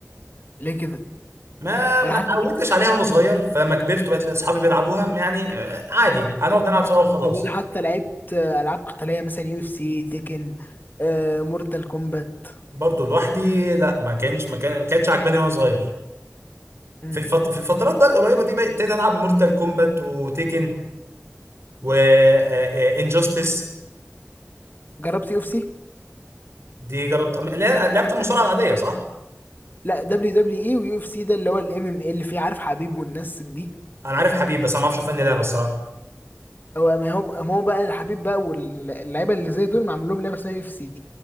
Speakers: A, on the left; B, on the right.
A: ليه كده
B: ما
A: ولا
B: ما
A: حتى
B: اتعودتش
A: بيس
B: عليها وانا صغير فلما كبرت وبقت اصحابي بيلعبوها يعني آه، عادي هنقعد نلعب سوا وخلاص
A: طب ولا حتى لعبت آه، ألعاب قتالية مثلا يو اف سي تيكن آه مورتال كومبات
B: برضو لوحدي لا ما كانش ما كان- ما كانتش عجباني وانا صغير
A: مم.
B: في الفت... في الفترات بقى القريبه دي بقى ابتديت العب مورتال كومبات وتيكن وانجستس
A: جربت يو اف سي
B: دي جربت أم- لا لعبت المصارعه العاديه صح
A: لا دبليو دبليو اي ويو اف سي ده اللي هو الام ام اي اللي فيه عارف حبيب والناس دي
B: انا عارف حبيب بس انا ما اعرفش في انهي لعبه الصراحه
A: هو ما هو ما هو بقى الحبيب بقى واللعيبه اللي زي دول معمول لهم لعبه اسمها يو سي